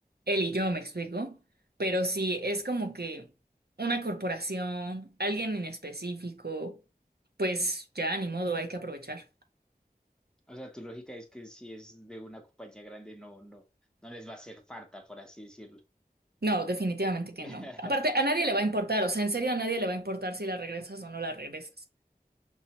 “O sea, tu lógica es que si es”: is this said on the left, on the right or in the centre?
Centre